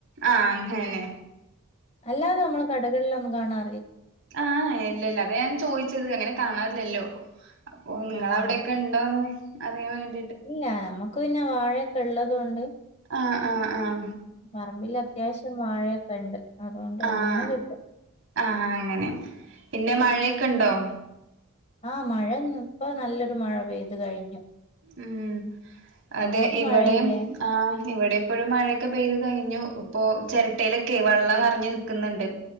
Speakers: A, on the right; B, on the left.
A: ആഹ് അങ്ങന്നെ
B: അല്ലാതെ നമ്മള് കടകളിലൊന്നും കാണാ
A: ആഹ് ഇല്ലില്ല അത് ഞാൻ ചോദിച്ചത് അങ്ങനെ കാണാറില്ലല്ലോ. അപ്പോ നിങ്ങൾ
B: ആഹ്
A: അവിടെയൊക്കെ
B: അതെ
A: ഉണ്ടോന്ന് അറിയാൻ വേണ്
B: ഇല്ല നമക്ക് പിന്നെ വാഴയൊക്കെ ഉള്ളത് കൊണ്ട്
A: ആഹ് അ്ഹ അ്ഹ
B: പറമ്പില് അത്യാവശ്യം വാഴയൊക്കെ ഉണ്ട് അതുകൊണ്ട്
A: ആഹ്
B: അങ്ങനെ കിട്ടും.
A: ആഹ് അങ്ങനെ പിന്നെ മഴയൊക്കെ ഉണ്ടോ?
B: അ്ഹ മഴ ഇന്ന്പ്പോ നല്ലൊരു മഴ പെയ്തു കഴിഞ്ഞു.
A: ഉം. അതെ
B: അങ്ങോട്ട്
A: ഇവിടെയും
B: മഴയില്ലേ
A: ആ ഇവിടെ ഇപ്പോഴും മഴയൊക്കെ പെയ്ത് കഴിഞ്ഞു. ഓ ചിരട്ടയിലൊക്കെ വെള്ളം നറഞ്ഞു നിക്കുന്നുണ്ട്